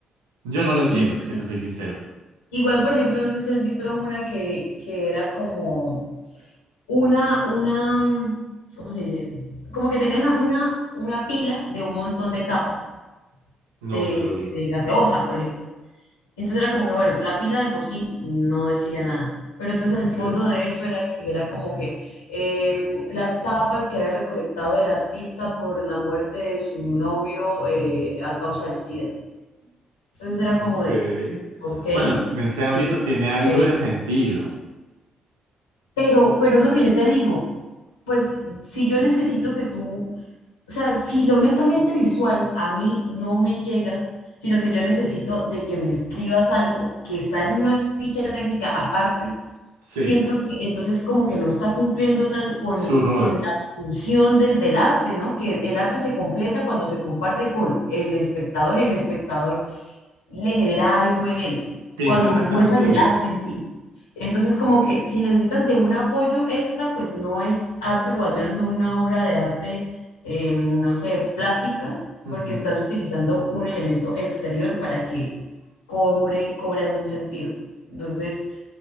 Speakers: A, on the right; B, on the left.
A: Yo no lo entiendo,
B: Igual,
A: si te soy sincero.
B: igual, por ejemplo, no sé si has visto una que, que era como una, una, ¿cómo se dice? Como que tenían una, una pila de un montón de tapas de,
A: No, no lo vi.
B: de gaseosa, por ejemplo. Entonces era como que, bueno, la pila de por sí no decía nada. Pero entonces
A: Ok,
B: el fondo de eso era que era como que em, las tapas que había recolectado el artista por la muerte de su novio eh, a causa del SIDA. Entonces era
A: ok.
B: como de, ok,
A: Bueno, en ese ámbito
B: eh,
A: tiene
B: ok.
A: algo de sentido.
B: Pero, pero es lo que yo te digo, pues si yo necesito que tú O sea, si lo netamente visual a mí no me llega, sino que yo necesito de que me escribas algo que está en una ficha técnica aparte,
A: Sí.
B: siento que entonces como que no está cumpliendo tal con,
A: Su rol.
B: con la función del, del arte, ¿no? Que el arte se completa cuando se comparte con el espectador y el espectador le genera algo en él,
A: Pienso
B: cuando
A: exactamente
B: muestras
A: lo
B: el
A: mismo.
B: arte en sí. Entonces, como que si necesitas de un apoyo extra, pues no es arte, o al menos no una obra de arte, eh, no sé, plástica,
A: Ujú,
B: porque estás utilizando un elemento exterior para que cobre, cobre algún sentido. Entonces,